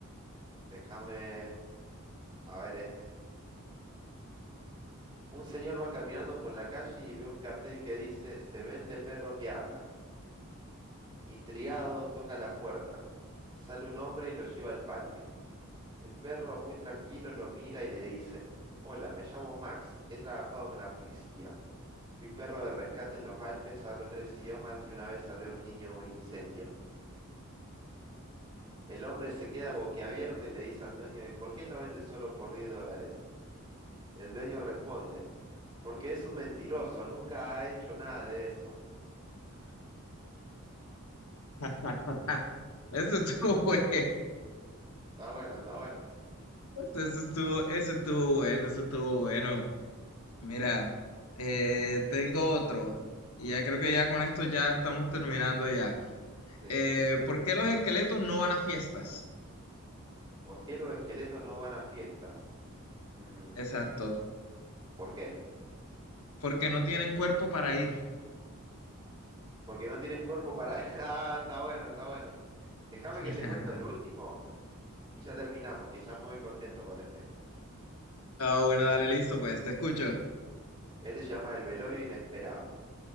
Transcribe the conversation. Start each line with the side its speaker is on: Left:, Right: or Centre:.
Right: Déjame... A ver este. Un señor va caminando por la calle y ve un cartel que dice Se vende perro que habla. Intrigado, toca la puerta. Sale un hombre y lo lleva al patio. El perro muy tranquilo lo mira y le dice Hola, me llamo Max. He trabajado con la policía. Fui perro de rescate en los Alpes, hablo tres idiomas y una vez salvé a un niño de un incendio. El hombre se queda boquiabierto y le dice al dueño, ¿y por qué lo vende solo por 10 dólares? El dueño responde, porque es un mentiroso, nunca ha hecho nada de eso.
Left: <laughs> Eso estuvo bueno.
Right: Está bueno, está bueno.
Left: Eso estuvo, eso estuvo bueno, eso estuvo bueno. Mira, eh, tengo otro. Y ya creo que ya con esto ya estamos terminando ya.
Right: Sí.
Left: Eh, ¿por qué los esqueletos no van a fiestas?
Right: ¿Por qué los esqueletos no van a fiestas? Mm,
Left: Exacto.
Right: ¿por qué?
Left: porque no tienen cuerpo para ir.
Right: Porque no tienen cuerpo para... <laughs> Ah, está bueno, está bueno. Déjame
Left: <laughs>
Right: que te cuento el último y ya terminamos, que ya me voy contento con este.
Left: Ah, bueno, dale, listo, pues te escucho.
Right: Este se llama El velorio inesperado.